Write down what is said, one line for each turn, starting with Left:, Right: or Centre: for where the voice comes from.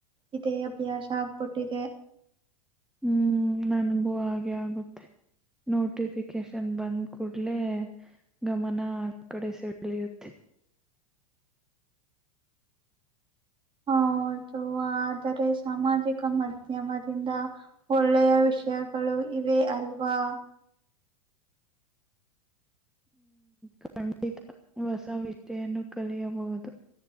Right: ಇದೇ ಅಭ್ಯಾಸ ಆಗ್ಬಿಟ್ಟಿದೆ
Centre: ಹ್ಮ್ ನನಗೂ ಹಾಗೆ ಆಗುತ್ತೆ ನೋಟಿಫಿಕೇಶನ್ ಬಂದ ಕೂಡ್ಲೆ ಗಮನ ಕಡೆ ಸೆಳಿಯುತ್ತೆ
Right: ಹೌದು ಆದರೆ ಸಾಮಾಜಿಕ ಮಾಧ್ಯಮದಿಂದ ಒಳ್ಳೆಯ ವಿಷಯಗಳು ಇವೆ ಅಲ್ವಾ <inaudible>
Centre: ಖಂಡಿತ ಹೊಸ ವಿಷಯನ್ನು ಕಲಿಯಬಹುದು